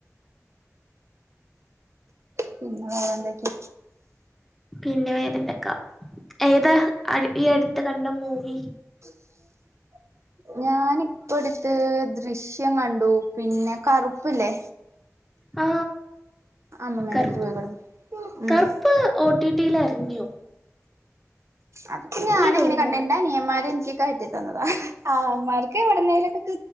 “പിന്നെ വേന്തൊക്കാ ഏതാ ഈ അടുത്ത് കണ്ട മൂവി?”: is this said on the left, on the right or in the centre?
Centre